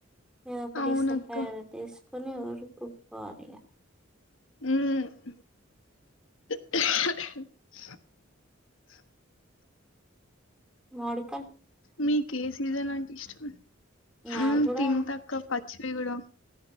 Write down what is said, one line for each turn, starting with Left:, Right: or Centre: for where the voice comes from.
Centre: ఏదో ఒకటి
Left: అవునక్క
Centre: ఇస్తారు. <unintelligible> కొని ఇవ్వరు కొనుక్కోవాలి ఇగా
Left: హ్మ్
Centre: మాడి
Left: మీకు ఏ సీజన్ అంటే ఇష్టం
Centre: నాకు కూడా
Left: తింటా అక్క పచ్చివి కూడా